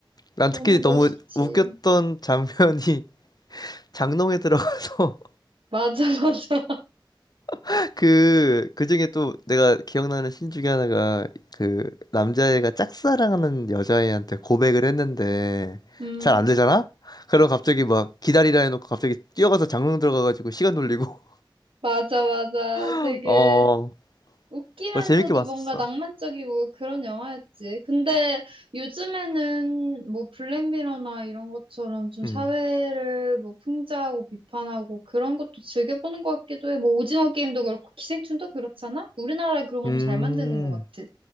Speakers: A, on the left; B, on the right.
A: 난
B: 너무
A: 특히 너무
B: 멋있지.
A: 웃겼던 장면이 <laughs> 장롱에 들어가서
B: 맞아 <laughs> 맞아.
A: <laughs> 그, 그 중에 또 내가 기억나는 신 중에 하나가 그 남자애가 짝사랑하는 여자애한테 고백을 했는데
B: 음.
A: 잘 안 되잖아? 그럼 갑자기 막 기다리라 해놓고 갑자기 뛰어가서 장롱 들어가가지고 시간 돌리고
B: 맞아 맞아.
A: <laughs>
B: 되게
A: 어,
B: 웃기면서도
A: 그거 재밌게 봤었어.
B: 뭔가 낭만적이고 그런 영화였지. 근데 요즘에는 뭐 블랙미러나 이런 것처럼 좀
A: 음.
B: 사회를 뭐 풍자하고 비판하고 그런 것도 즐겨보는 것 같기도 해. 뭐 오징어 게임도 그렇고 기생충도 그렇잖아? 우리나라 그런 거
A: 음.
B: 좀 잘 만드는 것 같아.